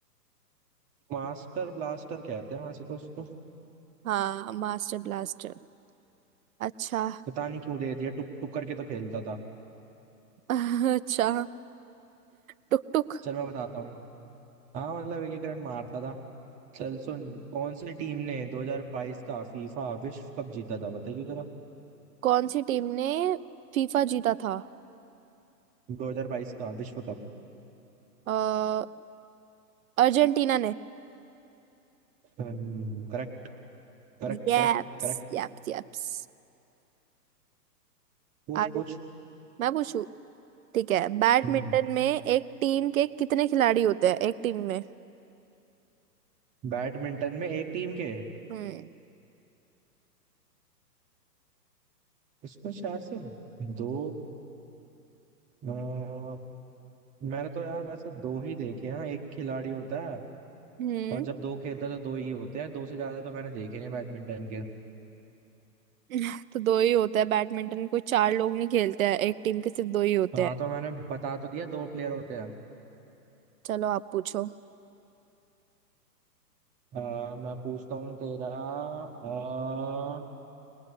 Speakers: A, on the right; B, on the right.
A: मास्टर ब्लास्टर कहते हैं वैसे तो उसको
B: हाँ मास्टर ब्लास्टर अच्छा
A: पता नहीं क्यों दे दिया टुक टुक करके तो खेलता था
B: <laughs> अच्छा टुक टुक
A: चल मैं बताता हूँ हाँ मतलब एक एक रन मारता था चल सुन कौन सी टीम ने 2022 का फीफा विश्व कप जीता था बताइए जरा
B: कौन सी टीम ने फीफा जीता था
A: 2022 का विश्व cup
B: अ, अर्जेंटीना ने
A: हम्म, Correct correct
B: यप्स
A: correct correct
B: यप्स यप्स
A: पूछ
B: आगे
A: पूछ
B: मैं पूछू ठीक है बैडमिंटन
A: हम्म,
B: में एक टीम के कितने खिलाड़ी होते हैं एक टीम में
A: बैडमिंटन में एक टीम के
B: हम्म
A: उसमें शायद से दो अ, मैंने तो यार वैसे दो ही देखे हैं एक खिलाड़ी होता है
B: हम्म
A: और जब दो खेलता है तो दो ही होते हैं दो से ज्यादा तो मैंने देखे नहीं बैडमिंटन के
B: <laughs> तो दो ही होता है बैडमिंटन कोई चार लोग नहीं खेलते हैं एक टीम के सिर्फ दो ही होते
A: हाँ
B: हैं
A: तो मैंने बता तो दिया दो प्लेयर होते हैं
B: चलो आप पूछो
A: अ, मैं पूछता हूँ तेरा अ,